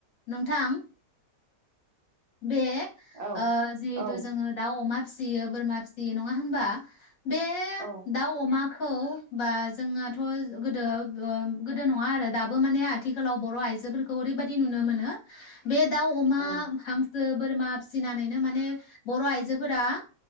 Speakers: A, on the left; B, on the right.
A: नोंथां बे
B: औ
A: ओ जिहेतु
B: औ
A: जोङो दाउ अमा फिसियो बोरमा फिसियो नङा होमबा बे
B: औ
A: दाउ अमा खौ बा जोंनाथ' गोदो गोदो नङा आरो दाबो माने आथिखालाव बर' आइजोफोरखौ ओरैबायदि नुनो मोनो । बे दाउ अमा
B: औ
A: हांस बोरमा फिसिनानैनो माने बर' आइजोफोरा